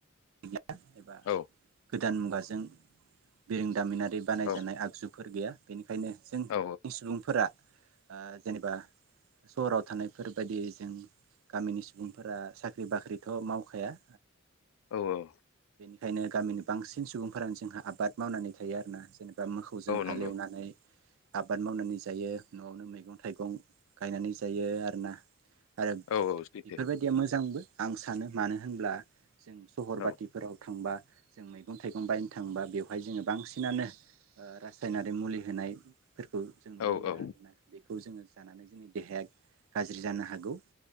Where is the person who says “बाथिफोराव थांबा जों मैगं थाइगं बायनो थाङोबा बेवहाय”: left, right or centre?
Right